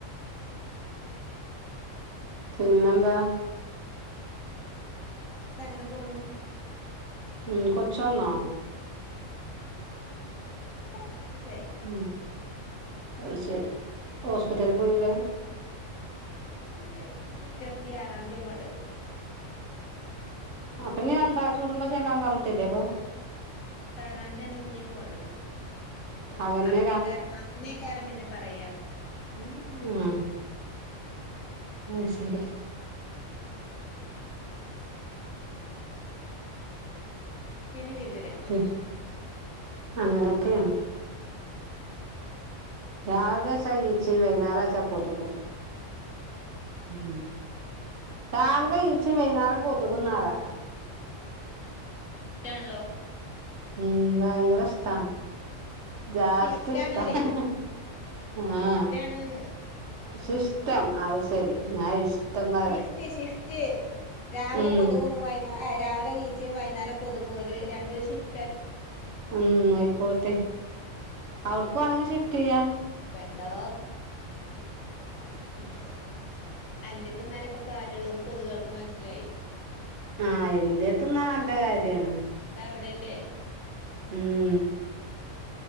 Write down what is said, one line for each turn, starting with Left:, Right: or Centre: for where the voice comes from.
Right: പിന്നെന്താ
Left: വേറെന്താ അങ്ങനെ പോണു
Right: മ് കൊചോന്നോ
Left: ആഹ് ഓൾ നാ <inaudible> നാലുവയസ്സ്
Right: ഉമ് അതു ശരി ഹോസ് പിറ്റലിൽ പോകൂല
Left: ഇല്ല ഇനി ഇരുപത്തിയാറാംതിയാണ് പോകണ്ടത്
Right: അപ്പൊ നീ രണ്ടാഴ്ച കൂടുബോ ചെല്ലാ പറഞ്ഞിട്ടില്ലേ അപ്പൊ
Left: ഇരുപത്തിയാറതിയാണ് ഇനി പോകേണ്ടത്
Right: അതന്നെ
Left: അന്നേക്കാര് അന്നേക്കാരം പിന്നെ പറയാ
Right: ഉം ആ വ ശരി
Left: അങ്ങനെക്ക വ
Right: അെ അങ്ങനെയൊക്കെയാണ്
Left: കാര്യായിട്ട്
Right: രാവിലെച്ച
Left: പറഞ്ഞാ
Right: ഈച്ചി വൈനറച്ചാ കൊതുപ
Left: ഓ
Right: ഉം രാവിലെ ഈച്ച വൈകുന്നേരം കൊതുകുന്നാറാ
Left: സിറ്റ് ആണല്ലോ
Right: ഉ വാങ്ക രസ്ഥസ്ഥാണ് ജാസ്
Left: ഷിഫ്റ്റ്
Right: ഇഷ്ട
Left: ആണ്
Right: ആഹ
Left: ഓലെ ഷിഫ്റ്റ് ആണ്ന്ന്
Right: ശിസ് ഇത്തം അത് ശരി ഞാൻ ഇഷ്ടംന്നാ
Left: ിഫ്റ്റ് ഷിഫ്റ്റ് രാവിലെ
Right: ഉം
Left: കൊതുുകുമ്പ വൈുന്നാ രാവിലെ ചഈച്ചിയും വൈകേരം കൊതുക്കും ഒരു രണ്ട് ഷിഫ്ി
Right: ഉം ആയിക്കോട്ടെ അവിടക്കുംവാേണെങ്കും ഷിഫ്റ്റ് ചെയ്യാ
Left: പെണ്ടോ
Right: <unintelligible>
Left: അയത് എന്നാല ഇപ്പൊ കാര്യമുള്ളൂന്ന് കൊതുകൾക്ക് മനസ്സിലായി
Right: ആഹ എന്ന്ത്യത്തന്നാല്ല കാര്യാണ്
Left: രക്ത അവിടെയല്ലേ
Right: ഉം